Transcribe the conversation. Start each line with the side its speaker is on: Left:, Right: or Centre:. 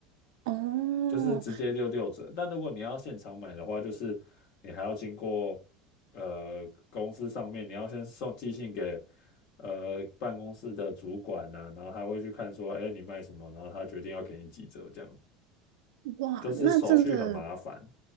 Right: 哦
Left: 就是直接六六折。但如果你要现场买的话，就是你还要经过呃公司上面，你要先送寄信给呃办公室的主管呐、然后他会去看说，哎，你卖什么，然后他决定要给你几折，这样
Right: 哇，
Left: 就是手续很麻烦。
Right: 那真的